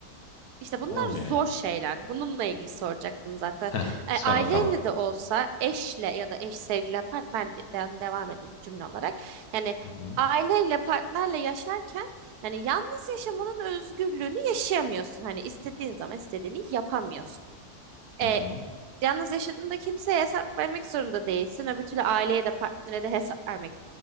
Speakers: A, on the right (about 85°); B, on the left (about 85°).
A: işte bunlar
B: olmuyor
A: zor
B: ya.
A: şeyler. Bununla ilgili soracaktım zaten.
B: Heh, sor
A: E, aileyle
B: bakalım.
A: de olsa eşle ya da eş sevgili partnerden devam edeyim cümle olarak. Yani
B: Hı hı,
A: aileyle partnerle yaşarken yani yalnız yaşamanın özgürlüğünü yaşayamıyorsun. Hani istediğin zaman istediğini yapamıyorsun.
B: hı
A: E,
B: hı.
A: Yalnız yaşadığında kimseye hesap vermek zorunda değilsin. Öbür türlü aileye de partnere de hesap vermek